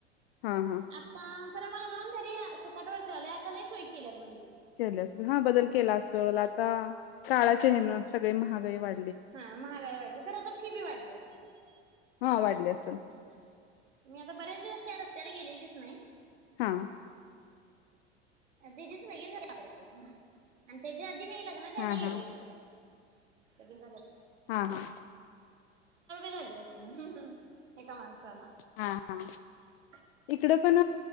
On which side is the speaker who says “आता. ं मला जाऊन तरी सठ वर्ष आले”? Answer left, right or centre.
Right